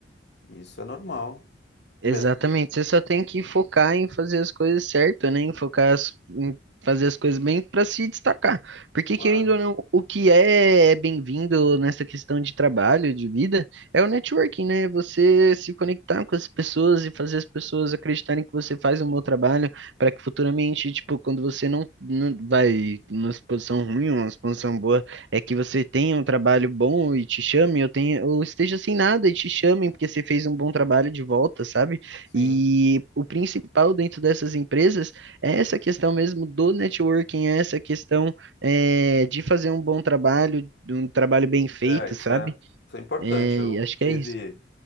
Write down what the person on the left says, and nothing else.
isso é normal.
Mesmo,
claro.
Sim,
é, isso
é, isso é importante.
Eu
tive,